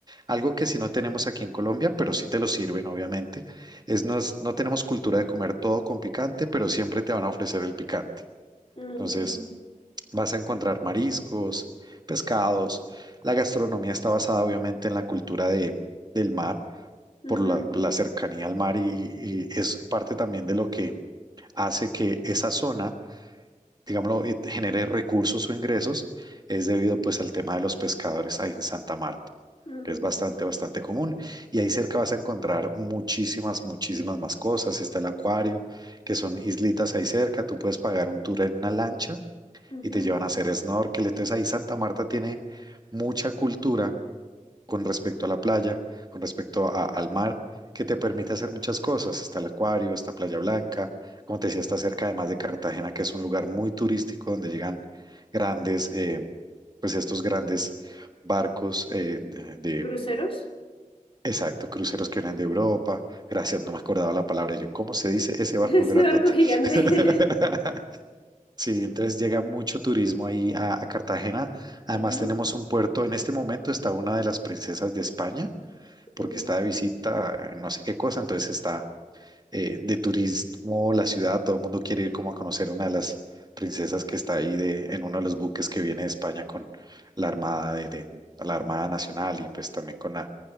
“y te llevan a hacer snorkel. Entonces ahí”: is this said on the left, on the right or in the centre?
Right